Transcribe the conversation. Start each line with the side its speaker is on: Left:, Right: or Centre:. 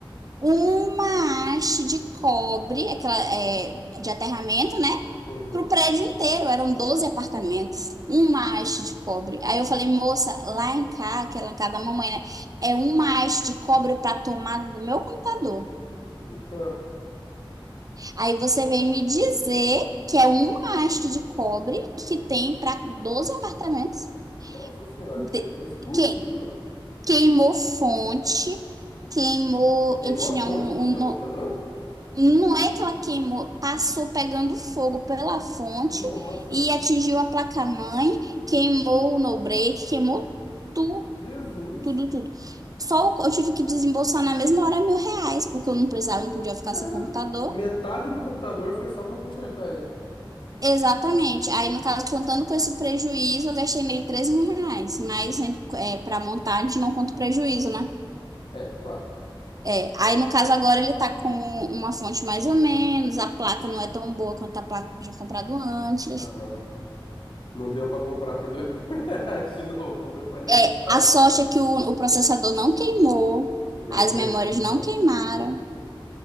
Right: uma haste de cobre, aquela, é, de aterramento, né?
Left: Uhum.
Right: Pro prédio inteiro. Eram 12 apartamentos. Uma haste de cobre. Aí eu falei, moça, lá em casa, que era lá em casa da mamãe, né? É uma haste de cobre pra tomada do meu computador.
Left: uhum.
Right: Aí você vem me dizer que é uma haste de cobre que tem para 12 apartamentos.
Left: <laughs> Nossa senhora,
Right: De...
Left: isso aí podia explodir,
Right: Que...
Left: mano.
Right: Queimou fonte, queimou.
Left: Queimou
Right: Eu tinha
Left: a fonte
Right: um,
Left: do seu
Right: um no-
Left: computador?
Right: Não é que ela queimou, passou pegando fogo pela fonte
Left: Nossa,
Right: e
Left: Bi.
Right: atingiu a placa-mãe, queimou o no-break, queimou tudo,
Left: Jesus.
Right: tudo, tudo. Só o- eu tive que desembolsar na mesma hora mil reais, porque eu não precisava, não podia ficar
Left: Cara,
Right: sem computador.
Left: metade do computador foi só pra consertar ele.
Right: Exatamente. Aí, no caso, contando com esse prejuízo, eu gastei meio 13 mil reais. Mas né, é, para montar, a gente não conta o prejuízo, né?
Left: É, claro.
Right: É, aí, no caso, agora ele tá com uma fonte mais ou menos, a placa não é tão boa quanto a placa que eu tinha comprado antes.
Left: Aham. Não deu pra comprar por dois <laughs> mil reais de novo, não deu pra remontar
Right: É, a sorte
Left: ele.
Right: é que o, o processador não queimou,
Left: Deu
Right: as
Left: pra re-
Right: memórias
Left: reusar.
Right: não queimaram.